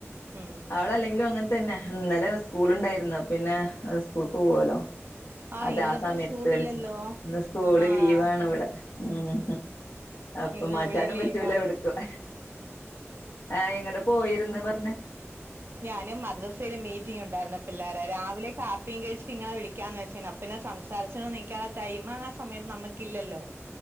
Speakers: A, on the right; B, on the left.
A: ഉം
B: അവളല്ലെങ്കിലും അങ്ങനത്തെ തന്നെ ഇന്നലെ സ്കൂൾ ഉണ്ടായിരുന്നു പിന്നെ സ്കൂൾക്ക് പോവല്ലോ
A: ആഹ്
B: അതാ
A: ഇന്നിപ്പോ
B: ആ സമയത്ത്
A: സ്കൂളില്ലല്ലോ
B: വിളിച്ചി ഇന്ന് സ്കൂള്
A: ആഹ്
B: ലീവാണ് ഇവിടെ മ് അപ്പ
A: ഇന്ന്
B: മാറ്റാനും
A: ഇവിടെയും ലീവാണ്
B: പറ്റൂല എവിടക്കും ആഹ് ഇങ്ങടെ പോയിരുന്ന പറഞ്ഞേ?
A: ഞാനും മദ്രസയില് മീറ്റിംഗ് ഉണ്ടായിരുന്നു പിള്ളേരെ രാവിലെ കാപ്പിയും കഴിച്ചിട്ട് ഇങ്ങളനെ വിളിക്കാന്ന് വച്ച ച്ചിന്ന അപ്പേ പിന്നെ സംസാരിച്ചോണ്ട് നിക്കാൻള്ള ടൈം ആ സമയത്ത് നമുക്കില്ലല്ലോ